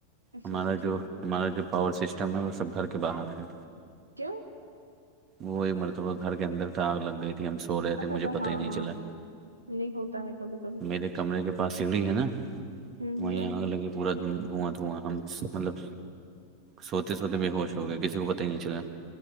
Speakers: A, on the right; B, on the right.
A: اچھا
B: ہمارا
A: اچھا
B: جو
A: ٹھیک
B: ہمارا جو پاور سسٹم ہے وہ سب گھر کے باہر ہے
A: کیوں
B: وہی مرتبہ گھر کے اندر تو آگ لگ گئی تھی ہم سو رہے تھے
A: اچھا
B: مجھے
A: اچھا
B: پتاہ
A: ہاں
B: ہی نہیں
A: ہاں
B: چلا
A: نہیں ہوتا ہے کبھی کبھی
B: میرے کمرے کے پاس سیڑھی ہے نا
A: ہوں
B: وہیں
A: ہوں
B: آگ لگی پورا دھ دھواں دھواں ہم مطلب سوتے سوتے بے ہوش ہو گیا کسی کو پتا ہی نہیں چلا